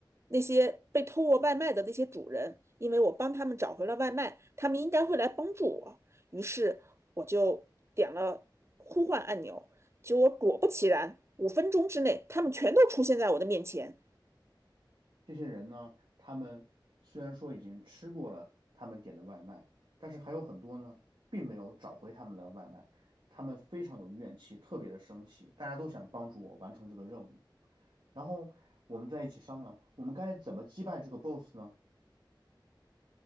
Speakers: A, on the right; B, on the right.
A: 那些被偷过外卖的那些主人，因为我帮他们找回了外卖，他们应该会来帮助我。于是我就点了呼唤按钮，结果果不其然，五分钟之内，他们全都出现在我的面前。
B: 这些人呢，他们虽然说已经吃过了他们点的外卖，但是还有很多呢，并没有找回他们的外卖，他们非常有怨气，特别的生气，大家都想帮助我完成这个任务。然后我们在一起商量，我们该怎么击败这个 boss 呢？